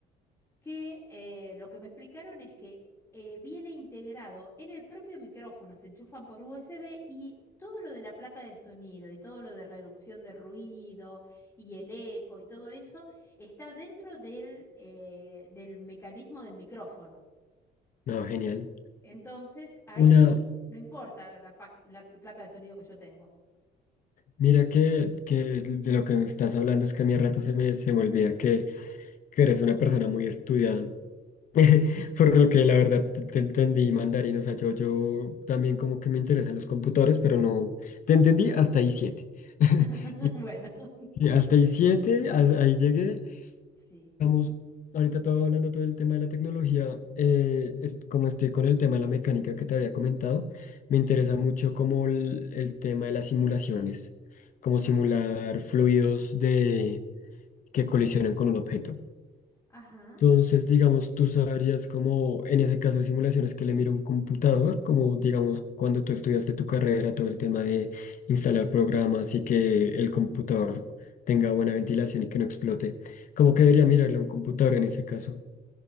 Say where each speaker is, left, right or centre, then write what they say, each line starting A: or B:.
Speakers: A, on the left (about 15°); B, on the left (about 50°).
A: que eh, lo que me explicaron es que eh, viene integrado en el propio micrófono, se enchufan por USB y todo lo de la placa de sonido y todo lo de reducción de ruido y el eco y todo eso está dentro del, eh, del mecanismo del micrófono.
B: No, genial.
A: Entonces, ahí
B: Una,
A: no importa la, pag- la placa de sonido que yo tengo.
B: mira que, que de lo que me estás hablando es que a mí a rato se me, se me olvida que, que eres una persona muy estudiada. <laughs> Por lo que la verdad te te entendí mandarín, o sea, yo, yo también como que me interesan los computadores, pero no, te entendí hasta ahí 7 <laughs>
A: <laughs>
B: Y,
A: Bueno, <laughs> sí,
B: y hasta ahí 7, ahí llegué.
A: sí,
B: Vamos, ahorita todo hablando todo el tema de la tecnología, eh, es- como estoy con el tema de la mecánica que te había comentado, me
A: sí.
B: interesa mucho como el, el tema de las simulaciones, como
A: Ah,
B: simular fluidos de, que colisionan con un objeto.
A: ajá,
B: Entonces, digamos, tú sabrías como en ese caso de simulaciones que le mira un computador, como digamos cuando tú estudiaste tu carrera, todo el tema de instalar programas y que el computador
A: sí.
B: tenga buena ventilación y que no explote. ¿Cómo que debería mirarle a un computador en ese caso?